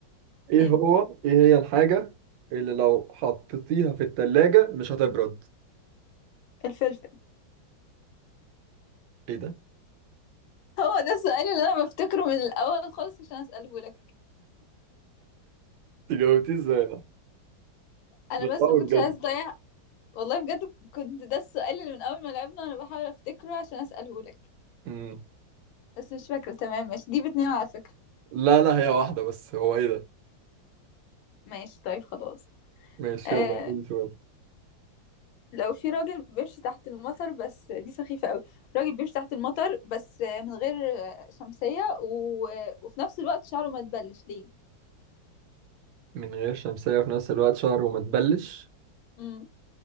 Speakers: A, on the right; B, on the left.
A: ايه
B: ايه
A: هو ايه هي الحاجة اللي لو حطيتيها في التلاجة مش هتبرد
B: الفلفل
A: ايه ده
B: هو ده السؤال اللي انا بفتكره من الاول خالص عشان اساله لك
A: انت جاوبتيه ازاي ده
B: انا
A: ده
B: بس
A: صعب
B: ما كنتش
A: بجد
B: عايز اضيع والله بجد كنت ده السؤال اللي من اول ما لعبنا وانا بحاول افتكره عشان اساله لك
A: مم.
B: بس مش فاكرة تمام ماشي دي باتنين على فكرة
A: لا لا هي واحدة بس هو ايه ده
B: ماشي طيب خلاص
A: ماشي
B: آه
A: يلا قولي سؤال
B: لو في راجل بيمشي تحت المطر بس دي سخيفة قوي راجل بيمشي تحت المطر بس من غير شمسية و... وفي نفس الوقت شعره ما تبلش ليه
A: من غير شمسية في نفس الوقت شهر وما تبلش
B: مم.